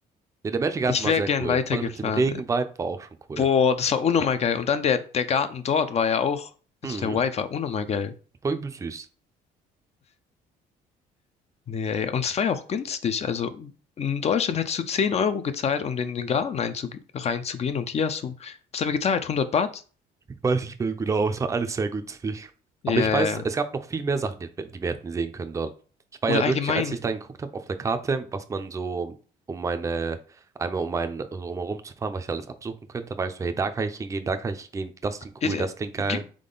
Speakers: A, on the right; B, on the left.
A: Nee, der Magic Garden
B: ich
A: war
B: wäre
A: sehr
B: gern
A: cool.
B: weitergefahren.
A: Vor allem mit dem Regen-Vibe war auch schon cool.
B: Boah, das war unnormal geil. Und dann der, der Garten dort war ja auch, also
A: Mhm.
B: der Y war unnormal geil.
A: War übel süß.
B: Nee, ey. und es war ja auch günstig. Also in Deutschland hättest du 10 Euro gezahlt, um in den Garten einzu reinzugehen. Und hier hast du, was haben wir gezahlt? Hundert Baht?
A: Ich weiß nicht mehr genau, es war alles sehr günstig.
B: Yeah.
A: Aber ich weiß, es gab noch viel mehr Sachen, die, die wir hätten sehen können dort. Ich war
B: Oder
A: ja
B: allgemein.
A: wirklich, als ich dann geguckt habe auf der Karte, was man so um meine, einmal um meinen so drumherum zu fahren, was ich alles absuchen könnte, weißt du, hey, da kann ich hingehen, da kann ich hingehen, das klingt
B: Äh,
A: cool, das klingt geil.
B: ge-